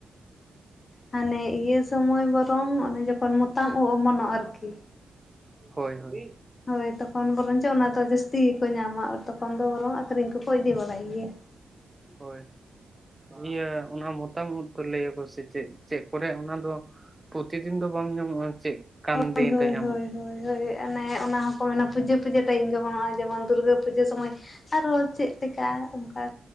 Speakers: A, on the left; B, on the right.
A: ᱦᱟᱱᱮ ᱤᱭᱟᱹ ᱛᱚᱢᱚᱭ ᱵᱚᱨᱚᱝ ᱚᱱᱮ ᱡᱚᱠᱷᱚᱱ ᱢᱚᱛᱟᱢ ᱳᱜ ᱚᱢᱚᱱᱚᱜ ᱟᱨᱠᱤ᱾
B: ᱦᱳᱭ ᱦᱳᱭ᱾
A: ᱦᱳᱭ ᱛᱚᱠᱷᱚᱱ ᱵᱚᱨᱚᱝ ᱪᱚ ᱚᱱᱟᱫᱚ ᱡᱟᱹᱥᱛᱤ ᱜᱮᱠᱚ ᱧᱟᱢᱟ ᱛᱚᱠᱷᱚᱱ ᱫᱚ ᱵᱚᱨᱚᱝ ᱟᱹᱠᱷᱨᱤᱧ ᱠᱚᱠᱚ ᱤᱫᱤ ᱵᱟᱲᱟᱭ ᱜᱮᱭᱟ᱾
B: ᱦᱳᱭ᱾ ᱤᱭᱟᱹ ᱚᱱᱟ ᱢᱚᱛᱟᱢ ᱩᱫ ᱠᱚ ᱞᱟᱹᱭᱟᱠᱚ ᱥᱮ ᱪᱮᱫ ᱪᱮᱫ ᱞᱟᱹᱭᱟ ᱚᱱᱟ ᱫᱚ ᱯᱳᱛᱤᱫᱤᱱ ᱫᱚ ᱵᱟᱝ ᱧᱟᱢᱚᱜᱼᱟ ᱪᱮᱫ ᱠᱟᱱ
A: ᱦᱳᱭ
B: ᱫᱤᱱ
A: ᱦᱳᱭ
B: ᱨᱮ ᱧᱟᱢᱚᱜ
A: ᱦᱳᱭ ᱦᱳᱭ ᱦᱳᱭ ᱚᱱᱮ ᱚᱱᱟ ᱦᱚᱸᱠᱚ ᱢᱮᱱᱟ ᱯᱩᱡᱟᱹ ᱯᱩᱡᱟᱹ ᱴᱟᱹᱭᱤᱢ ᱜᱮ ᱵᱟᱱᱚᱜᱼᱟ ᱦᱚᱸᱜ-ᱚᱭ ᱡᱮᱢᱚᱱ ᱫᱩᱨᱜᱟᱹ ᱯᱩᱡᱟᱹ ᱥᱚᱢᱚᱭ ᱟᱨᱚ ᱪᱮᱫ ᱞᱮᱠᱟ ᱚᱱᱠᱟ